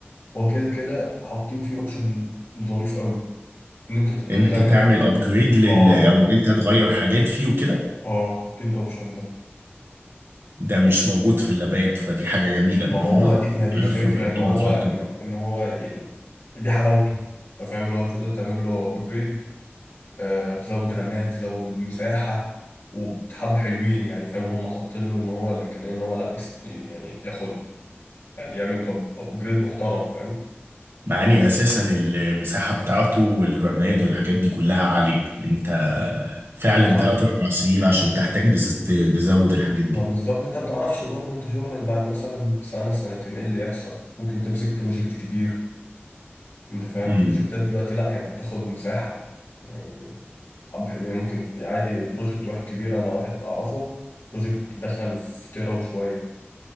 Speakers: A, on the left; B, on the right.
A: هو كده كده حاطين فيه أوبشن ظريف قوي إن أنت تقدر
B: ان
A: تعمل
B: انت تعمل ابجريد لل
A: آه
B: او ان انت تغير حاجات فيه وكده
A: آه حاطين الأوبشن ده
B: ده مش موجود في اللابات فدي حاجة جميلة
A: ما
B: ان
A: هو
B: هم
A: دي ما دي
B: عرفوا
A: الفكرة
B: يحطوها
A: إن هو
B: في لابتوب
A: إن إن هو يعني دي حلاوته انت فاهم اللي هو تقدر تعمل له ابجريد آه، تزود رمات تزود مساحة وبحب حلوين يعني فاهم هم حاطين له ان هو الامكانية ان هو لا يس يعني ياخد يعني يعمل أب... ابجريد محترم فاهم
B: مع اني اساسا المساحة بتاعته والرامات والحاجات دي كلها عالية يعني انت فعلا
A: انت بتاع
B: 3 4 سنين عشان تحتاج تس- تزود الحاجات دي
A: ما بالظبط انت ما بتعرفش برضه انت شغلك بعد مثلا سنة سنتين ايه اللي يحصل ممكن تمسك بروجكت كبير انت فاهم
B: امم
A: بروجكتات دلوقتي لا يعني بتاخد مساحة يعني حب حلوين يعني ممكن عادي بروجكت واحد كبير انا واحد اعرفه بروجكت دخل في تيرا وشوية